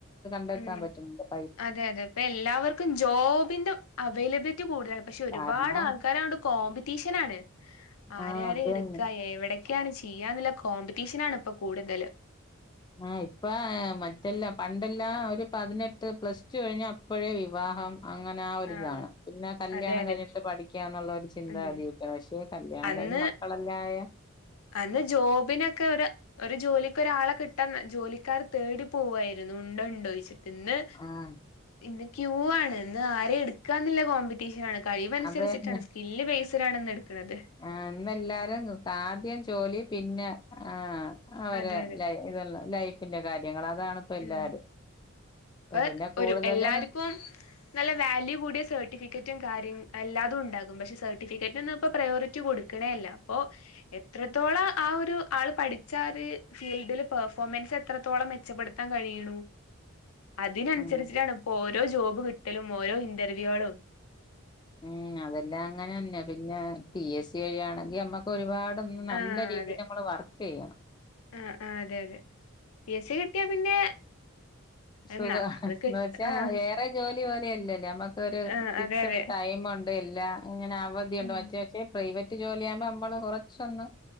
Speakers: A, on the left; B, on the left.
A: ണ്ടെത്താൻ
B: ഉം
A: പറ്റ്ണ് ണ്ട്
B: അതെ അതെ പ്പ എല്ലാവർക്കും ജോബിന്റെ അവൈലബിലിറ്റി കൂടുതലാ പക്ഷെ ഒര്പാടാൾക്കാരങ്ങട്
A: കാരണം
B: കോമ്പറ്റീഷനാണ്, ആരെയാരെ
A: ആഹ് അത് തന്നെ
B: എട്ക്ക എവ്ടെ ക്ക്യാണ് ചെയ്യാന്ന്ള്ള കോമ്പറ്റീഷനാണ്പ്പ കൂട്തല്
A: ആഹ് ഇപ്പ മറ്റെല്ലാ പണ്ടെല്ലാം ഒര് പതിനെട്ട് പ്ലസ് ടു കഴിഞ്ഞാ അപ്പൊഴേ വിവാഹം അങ്ങനാഒരിതാണ്.
B: ആഹ്
A: പിന്ന കല്യാണം
B: അതെ അതെ
A: കഴിഞ്ഞിട്ട് പഠിക്കാന്ന്ള്ളൊരു ചിന്താഗതിയു
B: ഉം
A: പക്ഷേ കല്യാണം
B: അന്ന്
A: കഴിഞ്ഞ് മക്കളെല്ലാ ആയ
B: അന്ന് ജോബിനൊക്കെ ര് ഒര് ജോലിക്കൊരാളെ കിട്ടാൻ ജോലിക്കാര് തേടി പോവായിര്ന്നു ഉണ്ടോ ണ്ടോയ്ച്ചിട്ട് ഇന്ന്
A: ആഹ്
B: ഇന്ന് ക്യൂവാണ്. ഇന്ന് ആരെ ഇട്ക്കാന്നില്ല കോമ്പി റ്റീഷനാണ്. കഴിവൻസരിച്ചിട്ടാണ്
A: അത് തന്നെ
B: സ്കില്ല് ബേയ്സിലാണ്ന്ന്ട്ക്ക്ണ്ത്
A: ആഹ് ഇന്നെല്ലാരും ആദ്യം ജോലി പിന്നെ ആഹ് അവരെ
B: അതെ അതെ
A: ലൈ ഇത ലൈഫിന്റെ കാര്യങ്ങള് അതാണ് ഇപ്പ എല്ലാരും
B: ഉം
A: ഇപ്പ
B: പ്പ
A: പിന്നെ കൂടുതല്
B: ഒരു എല്ലാര്ക്കും നല്ല വാല്യൂകൂടിയ സെർട്ടിഫിക്കറ്റും കാര്യം എല്ലാതുംണ്ടാകും. പക്ഷെ സെട്ടിഫിക്കറ്റിനൊന്നും ഇപ്പ പ്രയോരിറ്റി കൊട് ക്ക്ണേല്ല പ്പൊ എത്രത്തോളം ആ ഒരു ആള് പഠിച്ചാ ഒര് ഫീൽഡില് പെർഫോമൻസ് എത്രത്തോളം മെച്ചപ്പെട് ത്താൻ കഴിയ്ണു, അതിനനുസരിച്ചിട്ടാണ്
A: ഉം
B: ഓരോ ജോബ് കിട്ടലും ഓരോ ഇന്റർവ്യാളും
A: ഉം അതെല്ലാം അങ്ങനന്നെ, പിന്നെ പി എസ് സി വഴിയാണങ്കി അമ്മ ക്കൊര്പാട് നല്ല
B: ആഹ്
A: രീതിയിലമ്മള്
B: അതെ
A: വർക്കെയ്യണം
B: ആഹ് ആഹ് അതെ അതെ പി എസ് സി കിട്ടിയാ പിന്നെ
A: സുഖം.
B: എന്നാ അത് കിട്ട
A: ന്ന് വെച്ചാ
B: ആഹ്
A: ഏർ റേ ജോലി പോലെയല്ലല്ലേ, നമ്മക്കൊര്
B: ആഹ്
A: ഫിക്സ്ഡ്
B: അതെ അതെ
A: ടൈമൊണ്ട് ഇല്ല ഇങ്ങനെ അവ ധിയുണ്ട്,
B: ഉം
A: മറ്റേ പക്ഷേ പ്രൈവറ്റ് ജോലിയാമ്പ അമ്മള് കൊറച്ചൊന്ന്